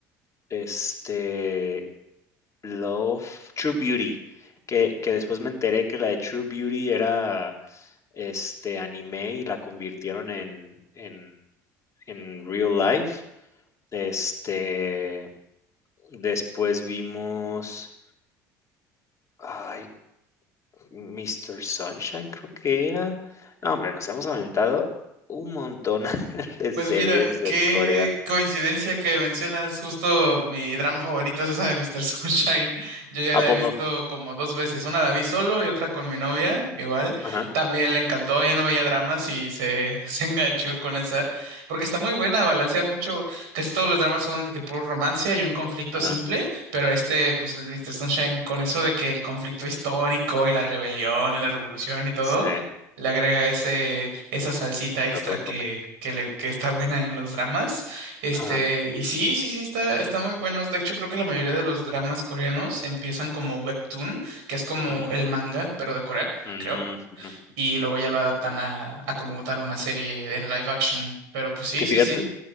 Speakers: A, on the left (about 35°); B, on the right (about 80°).
A: Este, Love, True Beauty, que, que después me enteré que la de True Beauty era este anime y la convirtieron en, en, en real life. Este, después vimos, ay, Mister Sunshine creo que era. No, hombre, nos hemos aventado un montón <laughs> de
B: Pues
A: series
B: mira,
A: de
B: qué
A: Corea.
B: coincidencia que mencionas justo mi drama favorito es esa de Mr. <laughs> Sunshine. Yo ya
A: ¿A
B: la he
A: poco?
B: visto como dos veces. Una la vi solo y otra con mi novia, igual.
A: Ajá,
B: También le encantó, ya no veía dramas y se, <laughs> se enganchó con esa. Porque está muy buena, balancea mucho. Casi todos los dramas son de que puro romance y un conflicto
A: ajá.
B: simple. Pero este, pues el de Mr. Sunshine, con eso de que el conflicto histórico y la rebelión y la revolución y todo
A: Sí,
B: le agrega ese, esa salsita extra
A: otro
B: que,
A: toque.
B: que, le, que está buena en los dramas. Este,
A: Ajá,
B: y sí, sí, sí, está, está muy buenos. De hecho, creo que la mayoría de los dramas coreanos empiezan como webtoon, que es como
A: ujú,
B: el manga, pero de Corea,
A: mm,
B: creo.
A: ujú.
B: Y luego ya lo adaptan a, a como tal una serie en live action. Pero pues sí,
A: Que
B: sí,
A: fíjate
B: sí.